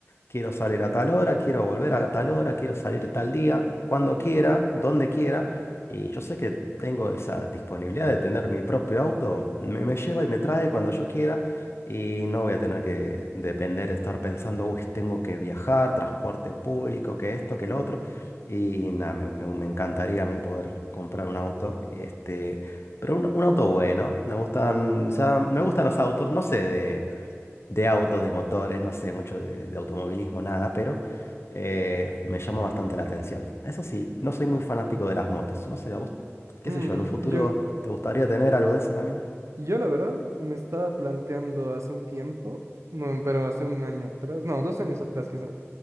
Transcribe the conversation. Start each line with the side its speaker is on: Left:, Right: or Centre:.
Left: Quiero salir a tal hora, quiero volver a tal hora, quiero salir tal día, cuando quiera, donde quiera. Y yo sé que tengo esa disponibilidad de tener mi propio auto. Me, me lleva y me trae cuando yo quiera. Y no voy a tener que depender de estar pensando, uy, tengo que viajar, transporte público, que esto, que lo otro. Y nada, me, me- me encantaría a mí poder comprar un auto. Este, pero un, un auto bueno. Me gustan, o sea, me gustan los autos. No sé de de autos, de motores, no sé mucho de, de automovilismo, nada, pero eh, me llama bastante la atención. Eso sí, no soy muy fanático de las motos. No sé, a vos, qué
Right: Mm,
Left: sé yo, en un futuro
Right: yo,
Left: te gustaría tener algo de eso también.
Right: yo la verdad me estaba planteando hace un tiempo, bueno, pero hace un año atrás, no, dos años atrás quizá.